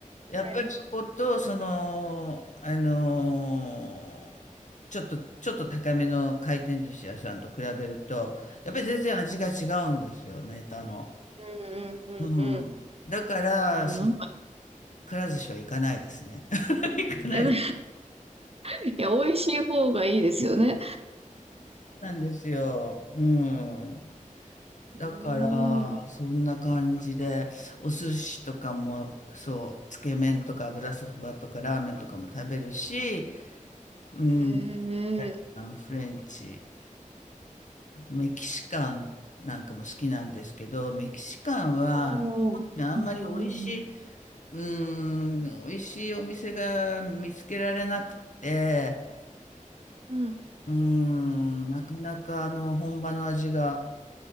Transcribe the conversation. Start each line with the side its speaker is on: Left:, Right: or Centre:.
Left: やっぱりそこと、
Right: はい。
Left: その、あのーちょっと、ちょっと高めの回転寿司屋さんと比べると、やっぱり全然味が違うんですよ、ネタの。
Right: うんうんうん
Left: うん。だから、
Right: うん。
Left: そ、
Right: なんか、
Left: くら寿司は行かないですね。<laughs> 行かないです。
Right: えでいや、美味しい方がいいですよね。
Left: <laughs> なんですよ。うん。
Right: うー
Left: だから、
Right: ん。
Left: そんな感じで、お寿司とかも、そう、つけ麺とか油そばとかラーメンとかも食べるし、うん、
Right: えー、
Left: イタリアンフレンチ、
Right: ね
Left: メキシカンなんかも好きなんですけど、メキシカンは、
Right: おー。
Left: いやあんまり美味しい、
Right: うんうん
Left: うん、美味しいお店が見つけられなくて、
Right: うん。うん、
Left: うん、なかなかあの、本場の味が